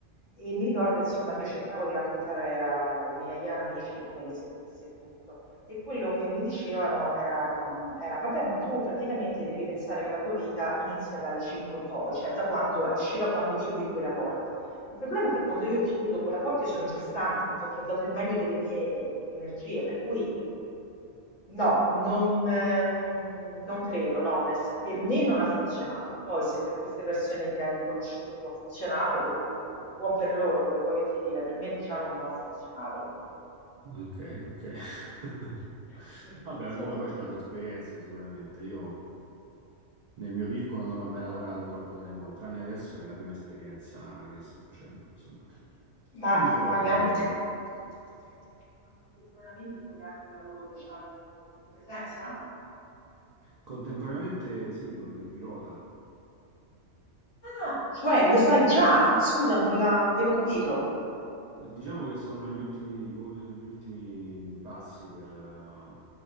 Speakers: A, on the left; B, on the right.
A: E mi ricordo, insomma, che io cercavo di raccontare a- ai miei amici di come mi sentissi e tutto. E quello che mi dicevano era, mm, era, vabbè, ma tu praticamente devi pensare che la tua vita inizia dalle 5 in poi, cioè da quando esci, da quando chiudi quella porta. Il problema è che quando io chiudo quella porta io sono già stanca perché ho dato il meglio delle mie energie, per cui No, non, ehm, non credo, no, nel sen- per me non ha funzionato. Poi se per queste persone che hai conosciuto tu ha funzionato, o- o buon per loro, che vuoi che ti dica, per me diciamo non ha funzionato.
B: Ok, ok. <laughs>
A: <laughs> Quindi,
B: Vabbè,
A: Insomma,
B: ognuno poi ha la sua esperienza sicuramente. Io nel mio piccolo non ho mai lavorato troppo da remoto, tranne adesso che è la prima esperienza che sto facendo, insomma.
A: Ma
B: E mi trovo
A: fai
B: bene
A: anche...
B: per ora.
A: Ma contemporaneamente fai anche un lavoro, diciamo, in presenza?
B: Contemporaneamente sì, quello del pilota.
A: Ah, cioè lo fai già? Scusa, non l'avevo capito.
B: Diciamo che sono agli ultimi, gli ultimi passi per, eh,